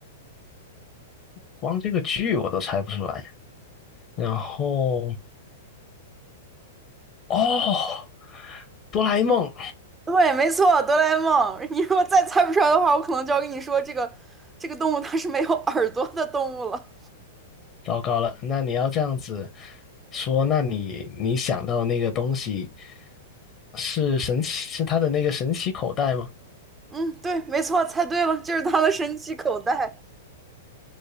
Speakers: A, on the left; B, on the right.
A: 光这个剧我都猜不出来。然后哦，哆啦 A 梦，
B: 对，没错，哆啦 A 梦。<laughs> 你如果再猜不出来的话，我可能就要跟你说，这个这个动物它是没有耳朵的动物了。
A: 糟糕了。那你要这样子说，那你你想到那个东西是神奇，是它的那个神奇口袋吗？
B: 嗯，对，没错，猜对了，就是它的神奇口袋。